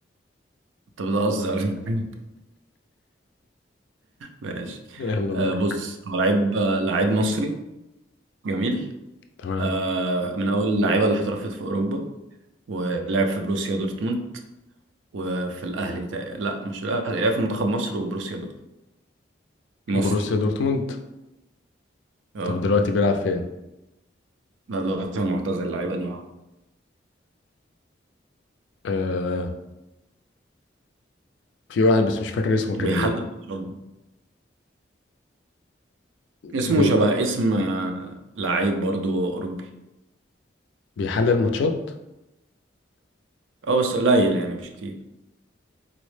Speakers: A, on the right; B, on the left.
A: انت بتهزر <laughs> ماشي
B: <laughs> يلا
A: آه
B: دورك
A: بص هو لعيب آه، لعيب مصري جميل
B: تمام
A: آه من اول اللعيبه اللي احترفت في اوروبا ولعب في بروسيا دورتموند وفي الاهلي تق- لا مش الاهلي لعب في منتخب مصر وبروسيا دورتموند مصري
B: بروسيا دورتموند
A: اه
B: طب دلوقتي بيلعب فين
A: لا دلوقتي هو معتزل لعيب قديم
B: آه في واحد بس مش فاكر اسمه كان
A: وبيحلل برضه. اسمه
B: بي
A: شبه اسم آه، لعيب برضه اوروبي
B: بيحلل ماتشات
A: اه بس قليل يعني مش كتير